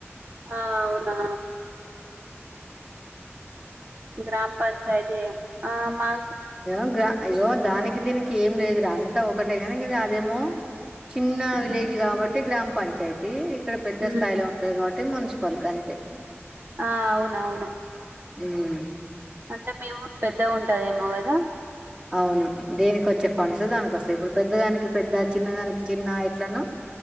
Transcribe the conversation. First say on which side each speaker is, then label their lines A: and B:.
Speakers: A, on the right; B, on the right.
A: ఆ అవునా గ్రామ పంచాయితీ ఏ ఆ మా
B: ఏ గ అయ్యో దానికి దీనికి ఏం లేదురా అంతా ఒకటే కానీ అదేమో చిన్న
A: మ్మ్
B: విలేజ్ కాబట్టి గ్రామ పంచాయితీ ఇక్కడ పెద్ద
A: మ్మ్
B: స్థాయిలో ఉంటుది కాబట్టి మున్సి ఫల్ కు అంతే
A: ఆ అవును అవును
B: ఉమ్
A: అంటే మీ ఊరు పెద్ద ఉంటదేమో కదా
B: అవును దీనికి వచ్చే ఫండ్స్ దానికొస్తాయి ఇప్పుడు పెద్దదానికి పెద్ద చిన్నదానికి చిన్న ఎట్లనో